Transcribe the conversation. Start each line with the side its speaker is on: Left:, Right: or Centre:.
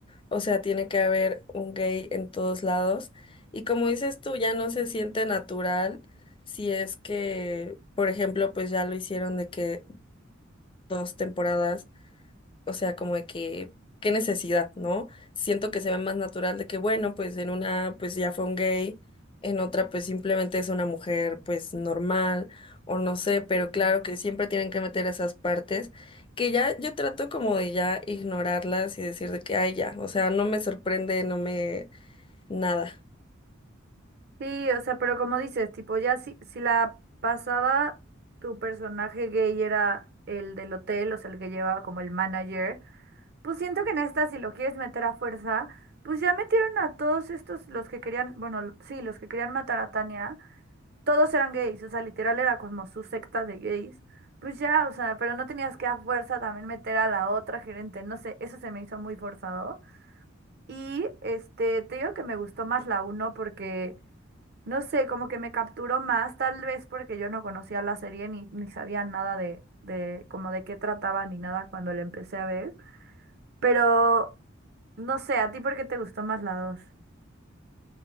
Left: O sea, tiene que haber un gay en todos lados. Y como dices tú, ya no se siente natural si es que, por ejemplo, pues ya lo hicieron de que dos temporadas, o sea, como de que, qué necesidad, ¿no? Siento que se ve más natural de que, bueno, pues en una, pues ya fue un gay, en otra, pues simplemente es una mujer, pues normal, o no sé, pero claro que siempre tienen que meter esas partes, que ya yo trato como de ya ignorarlas y decir de que, ay, ya, o sea, no me sorprende, no me, nada.
Right: Sí, o sea, pero como dices, tipo, ya si, si la pasada tu personaje gay era el del hotel, o sea, el que lleva como el manager, pues siento que en esta, si lo quieres meter a fuerza, pues ya metieron a todos estos, los que querían, bueno, sí, los que querían matar a Tania, todos eran gays, o sea, literal era como su secta de gays, pues ya, o sea, pero no tenías que a fuerza también meter a la otra gerente, no sé, eso se me hizo muy forzado. Y este, te digo que me gustó más la uno porque... No sé, como que me capturó más, tal vez porque yo no conocía la serie ni, ni sabía nada de, de como de qué trataba ni nada cuando la empecé a ver. Pero no sé, ¿a ti por qué te gustó más la dos